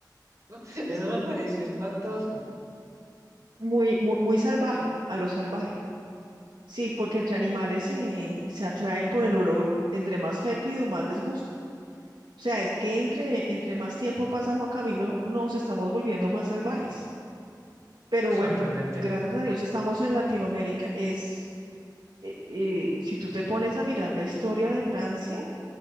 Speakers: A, on the right; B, on the right.
A: <laughs> Eso me pareció espantoso.
B: Muy, muy, muy salvaje, a lo salvaje. Sí, porque entre animales se, se atraen por el olor. Entre más fétido, más les gusta. O sea, es que entre, entre más tiempo pasa Juan Camilo, nos estamos volviendo más salvajes. Pero
A: Sorprendente.
B: bueno, gracias a Dios estamos en Latinoamérica. Es, eh, eh, si tú te pones a mirar la historia de Francia,